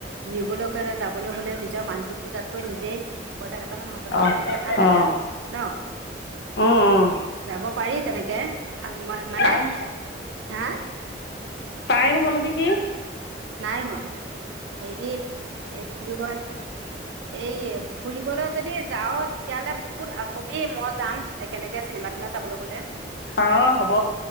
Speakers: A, on the right; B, on the left.
A: ঘুৰিবলৈ গলে যাবলৈ হলেও নিজৰ মানুটোক খোজাতকৈ নিজেই পইচা কেইটামান হাতত লৈ
B: অঁ
A: গলে ভাল লাগে,
B: অঁ
A: আৰু ন',
B: উম উম
A: যাব, পাৰি তেনেকে আ, '- মই মানে,
B: টাইম
A: হা',
B: টাইম হ'ল নেকি?
A: নাই হোৱা হেৰি, - এইটো কি বুলি কয় এই, '- ফুৰিবলৈ যদি যাও তেতিয়াহ'লে মোকো কবি মই যাম একেলগে চিনেমা- তিনেমা চাবলৈ গ'লে।
B: অঁ হ'ব